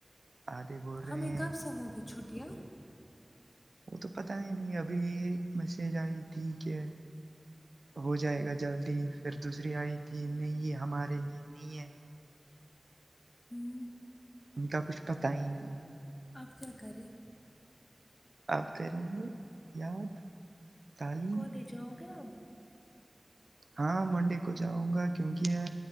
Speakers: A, on the right (about 80°); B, on the left (about 35°).
A: آدھے بول رہے
B: ہمیں
A: ہیں
B: کب سے ہوں گی چھٹیاں
A: وہ تو پتہ ہی نہیں ابھی ایک میسج آئی تھی کہ ہو جائے گا جلدی پھر دوسری آئی تھی نہیں یہ ہمارے لیے نہیں ہے
B: ہوں
A: ان کا کچھ پتہ ہی نہیں ہے
B: اب کیا کر یں
A: اب کریں گے یاد تعلیم
B: کالج آؤ گے اب
A: ہاں منڈے کو جاؤں گا کیونکہ یہ